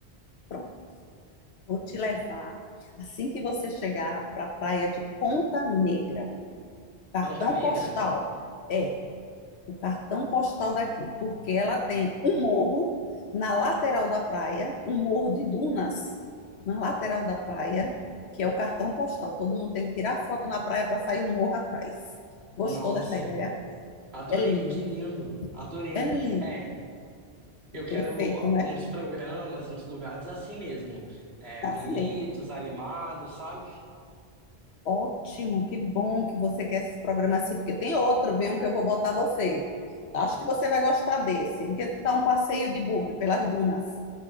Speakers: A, on the left; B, on the right.
A: Pronto, vou te levar. Assim que você chegar para a praia de Ponta Negra, cartão
B: Panta Negra?
A: postal. É, o cartão postal daqui, porque ela tem um morro na lateral da praia, um morro de dunas na lateral da praia, que é o cartão postal. Todo mundo tem que tirar foto na praia para sair um morro atrás. Gostou
B: Nossa,
A: dessa ideia?
B: adorei.
A: É lindo,
B: Que lindo. Adorei.
A: é lindo,
B: É. Eu quero
A: perfeito, né?
B: uns programas, uns lugares assim mesmo. É,
A: É
B: bonitos,
A: Assim mesmo.
B: animados, sabe?
A: Ótimo, que bom que você quer esse programa assim, porque tem outro, vem um que eu vou botar você. Acho que você vai gostar desse, que tá um passeio de buggy pelas dunas.